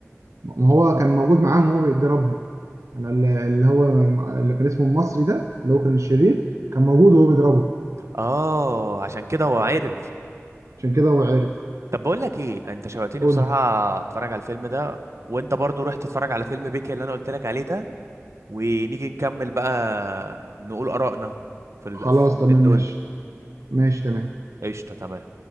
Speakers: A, on the right; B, on the right.
A: ما هو كان موجود معاهم وهو بيضربهم أنا ال- اللي هو اللي كان اسمه المصري ده اللي هو كان الشرير كان موجود وهو بيضربه
B: اه عشان كده هو عرف
A: عشان كده هو عارف
B: طب بقول لك ايه انت شوقتني
A: قول
B: بصراحة
A: لي.
B: اتفرج على الفيلم ده وانت برضو روح تتفرج على فيلم بيكي اللي انا قلت لك عليه ده ونيجي نكمل بقى نقول آرائنا في الفيلمين
A: خلاص تمام
B: دول
A: ماشي ماشي تمام
B: قشطة تمام